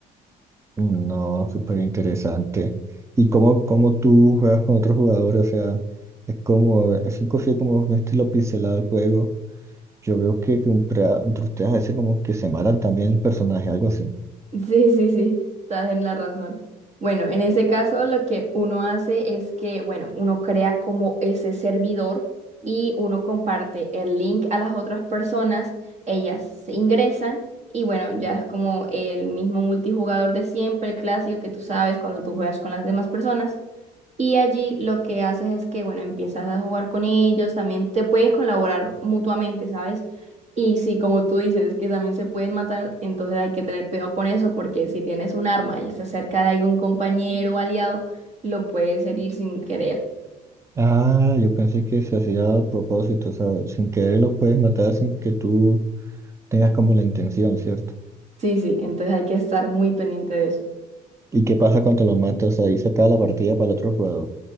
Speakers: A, on the right (about 15°); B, on the right (about 40°).
A: Mm, No, súper interesante. ¿Y cómo, cómo tú juegas con otros jugadores? O sea, es como, es un cosi- como un estilo pixelado el juego. Yo veo que, que entre, entre ustedes a veces como que se matan también el personaje, algo así.
B: Sí, sí, sí, estás en la razón. Bueno, en ese caso lo que uno hace es que, bueno, uno crea como ese servidor y uno comparte el link a las otras personas, ellas se ingresan y bueno, ya es como el mismo multijugador de siempre, el clásico que tú sabes cuando tú juegas con las demás personas. Y allí lo que haces es que, bueno, empiezas a jugar con ellos, también te pueden colaborar mutuamente, ¿sabes? Y si, como tú dices, que también se pueden matar, entonces hay que tener cuidado con eso, porque si tienes un arma y se acerca de algún compañero o aliado, lo puedes herir sin querer.
A: Ah, yo pensé que se hacía a propósito, o sea, sin querer los puedes matar sin que tú tengas como la intención, ¿cierto?
B: Sí, sí, entonces hay que estar muy pendiente de eso.
A: ¿Y qué pasa cuando los matas? Ahí se acaba la partida para el otro jugador.